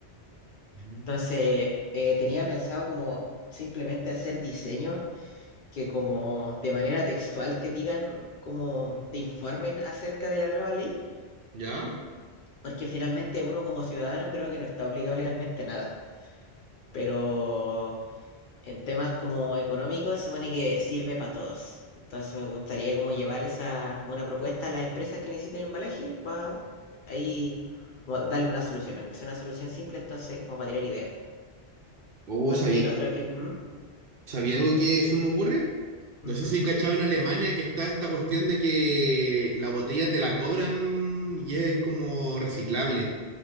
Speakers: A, on the right (about 60°); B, on the left (about 55°).
A: Mm.
B: Entonces, eh, tenía pensado como simplemente hacer diseño que como de manera textual te digan, como te informen acerca de la nueva ley,
A: ¿Ya?
B: porque finalmente uno como ciudadano creo que no está obligado legalmente a nada. Pero En temas como económicos, se supone que sirve para todos. Entonces me gustaría como llevar esa, como una propuesta a las empresas que necesiten embalaje para ahí como darle una solución, aunque sea una solución simple, entonces como para tirar ideas.
A: ¿O
B: Porque
A: sabí,
B: el otro que vi, ¿Mm?
A: sabía algo que se me ocurre? No
B: Ujú.
A: sé si cachado en Alemania que está esta cuestión de que la botella te la cobran y es como reciclable.